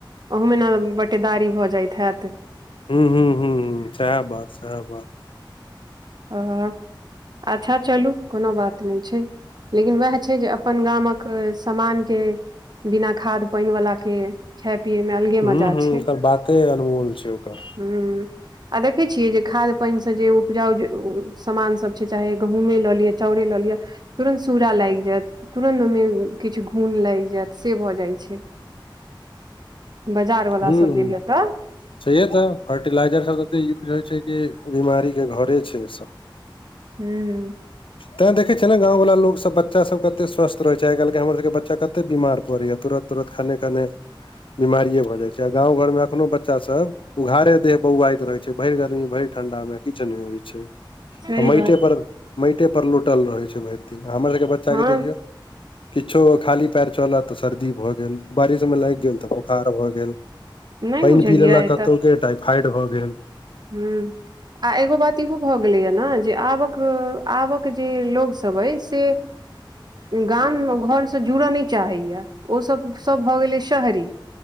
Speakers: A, on the right; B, on the left.
A: ओहूमे ने बटेदारी भऽ जाइत हयैत।
B: हूॅं हूॅं हूॅं सैह बात सैह बात।
A: हाॅं। अच्छा चलू कोनो बात नहि छै, लेकिन वैह छै जे अपन गामक समान हुं बिना खाद पानि वला के खाय पियएमे अलगे
B: हूॅं
A: मजा
B: हूॅं
A: छै
B: ओकर बाते अनमोल छै, ओकर।
A: हूँ। आ देखैत छियै जे खाद पानि सँ जे उपजाऊ समानसभ छै, चाहे गहूँमे लऽ लिअ चाउरे लऽ लिअ तुरन्त सूड़ा लागि जायत तुरन्त ओहिमे किछु घून लागि जायत से भऽ जाइ छै। बाजार वला
B: हूं
A: सब जे लेताऽ
B: छैहे तऽ फर्टिलाइजर सब एते यूज होइ छै कि बीमारी के घरे छै सब।
A: हूॅं।
B: तै देखै छिय ने गाँव वला लोकसभ बच्चासभ कतेक स्वस्थ रहै छैय, आइ काल्हिके हमरसभके बच्चा कतेक बीमार पड़ैए तुरत। तुरन्त खने-खने बीमारीेये भऽ जाय छैय, गाँंव घर में एखनो बच्चा सब उघारे देह बौआइत रहे जे भैर गर्मी भैर ठंडा मे किछ नै होइ छैय,
A: सही
B: आ माटे
A: बात
B: पर माटे पर लोटल रहै छैय भइर दिन हमर सबके बच्चा
A: हँ
B: के देखियो। किछो खाली पयैर चलत तऽ सर्दी भऽ गेल बारिशमे लागि गेल तऽ बुखार भऽ गेल
A: नहि बुझलियै
B: पइन पी लेलक कतो के टाइफाइड भऽ गेल।
A: हूॅं। आ एगो बात इहो भऽ गेलेया ने जे आबक-आबक जे लोक सभ अइ से गाम मे घर से जुड़ऽ न चाहैया। ओसब सभ भऽ गेलै शहरी।